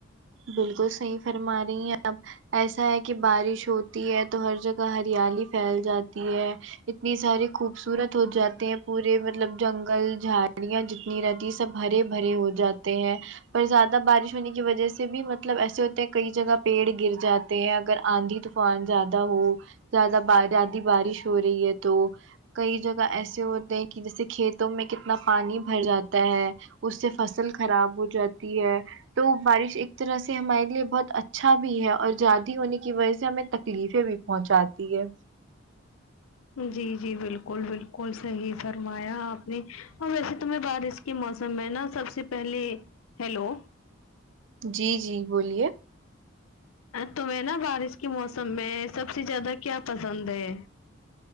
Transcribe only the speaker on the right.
بالکل صحیح فرما رہی ہیں آپ ایسا ہے کہ بارش ہوتی ہے تو ہر جگہ ہریالی پھیل جاتی ہے اتنی ساری خوبصورت ہو جاتے ہیں پورے مطلب جنگل جھاڑیاں جتنی نہیں رہتی سب ہرے بھرے ہو جاتے ہیں پر زیادہ بارش ہونے کی وجہ سے سے بھی مطلب ایسے ہوتے ہیں کئی جگہ پیڑ گر جاتے ہیں اگر آندھی طوفان زیادہ ہو زیادہ ب زیادہ بارش ہو رہی ہے تو کئی جگہ ایسے ہوتے ہیں کہ جیسے کھیتوں میں کتنا پانی بھر جاتا ہے اس سے فصل خراب ہو جاتی ہے تو بارش ایک اس طرح سے ہمارے لیے بہت اچھا بھی ہے اور زیاادی ہونے کی وجہ سے ہمیں تکلیفیں بھی پہنچاتی ہے
جی جی بولیے